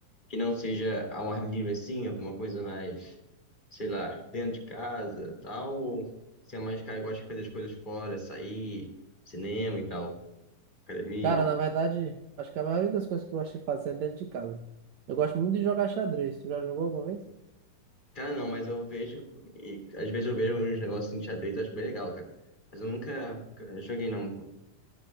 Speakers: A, on the left (about 20°); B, on the right (about 80°).
A: que não seja ao ar livre assim, alguma coisa mais, sei lá, dentro de casa, tal, ou você é mais cara que gosta de fazer as coisas fora, sair, cinema e tal, academia?
B: Cara, na verdade, acho que a maioria das coisas que eu gosto de fazer é dentro de casa. Eu gosto muito de jogar xadrez. Tu já jogou alguma vez?
A: Cara, não, mas eu vejo, e às vezes eu vejo uns negócios em xadrez, eu acho bem legal, cara. Mas eu nunca, cara, joguei não, pô.